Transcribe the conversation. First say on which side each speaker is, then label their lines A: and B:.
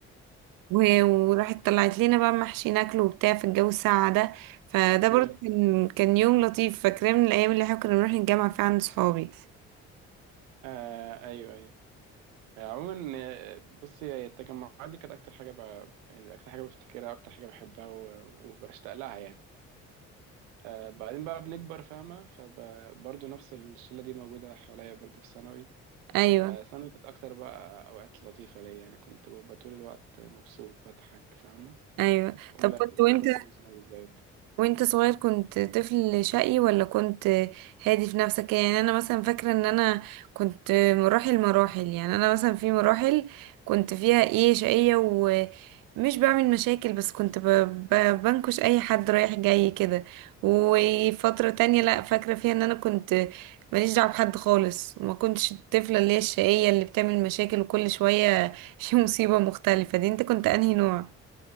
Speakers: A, on the right; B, on the right.
A: و- وراحت طلعت لنا بقى محشي ناكله وبتاع في الجو الساقع ده فده برضه
B: جامد
A: كان كان يوم لطيف فاكراه من الايام اللي احنا كنا بنروح نتجمع فيها عند صحابي
B: آه ايوه ايوه آه، عموما آه، بصي هي التجمعات دي كانت اكتر حاجه ب... يعني اكتر حاجه بفتكرها اكتر حاجه بحبها و... وبشتاق لها يعني آه بعدين بقى بنكبر فاهمه فبرضه نفس الشله دي موجوده حواليا برضه في ثانوي
A: ايوه
B: آه ثانوي كانت اكتر بقى اوقات لطيفه ليا يعني كنت ببقى طول الوقت مبسوط بضحك فاهمه
A: ايوه
B: اولى
A: طب كنت وانت
B: اولى وتانية ثانوي بالذات
A: وانت صغير كنت طفل شقي ولا كنت هادي في نفسك يعني انا مثلا فاكره ان انا كنت مراحل مراحل يعني انا مثلا في مراحل كنت فيها ايه شقيه ومش بعمل مشاكل بس كنت ب... ب... بنكش اي حد رايح جاي كده وفتره تانية لا فاكره فيها ان انا كنت ماليش دعوه بحد خالص وما كنتش الطفله اللي هي الشقيه اللي بتعمل مشاكل وكل شويه <laughs> في مصيبه مختلفه دي انت كنت انهي نوع